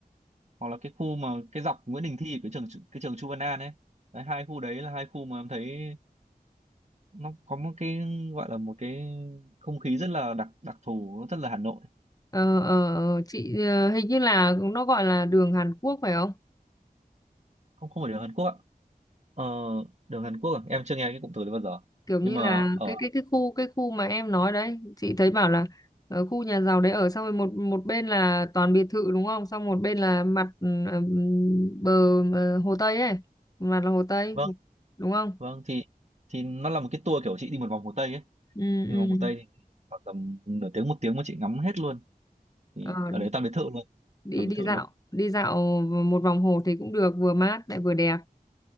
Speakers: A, on the right; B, on the left.
A: hoặc là cái khu mà cái dọc Nguyễn Đình Thi cái trường cái trường Chu Văn An ấy đấy, hai khu đấy là hai khu mà em thấy nó có một cái gọi là một cái không khí rất là đặc đặc thù nó rất là Hà Nội
B: Ờ, ờ, ờ, chị ờ, hình như là nó gọi là đường Hàn Quốc phải không
A: không không phải đường Hàn Quốc ạ ờ, đường Hàn Quốc à? em chưa nghe cái cụm từ đấy bao giờ
B: kiểu như
A: nhưng mà
B: là
A: ở
B: cái cái cái khu cái khu mà em nói đấy chị thấy bảo là ở khu nhà giàu đấy ở xong rồi một một bên là toàn biệt thự đúng không xong một bên là mặt ừ, ờ, ừ, bờ ờ, hồ Tây ấy một mặt là hồ Tây
A: vâng
B: đúng không
A: vâng thì thì nó là một cái tour kiểu chị đi một vòng Hồ Tây ấy
B: ừ,
A: nhưng
B: ừ.
A: vòng Hồ Tây thì khoảng tầm nửa tiếng một tiếng mà chị ngắm hết luôn thì
B: Ờ,
A: ở đấy toàn biệt thự luôn
B: đi
A: toàn
B: đi
A: biệt thự
B: dạo
A: luôn
B: đi dạo một vòng hồ thì cũng được vừa mát lại vừa đẹp